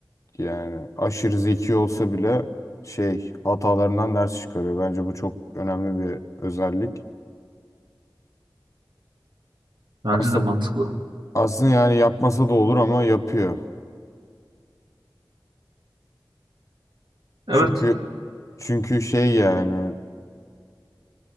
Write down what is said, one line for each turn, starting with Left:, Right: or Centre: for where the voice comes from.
Left: yani aşırı zeki olsa bile şey hatalarından ders çıkarıyor. Bence bu çok önemli bir özellik.
Right: Bence
Left: Aslında
Right: de mantıklı.
Left: aslında yani yapmasa da olur ama yapıyor.
Right: Evet.
Left: Çünkü çünkü şey yani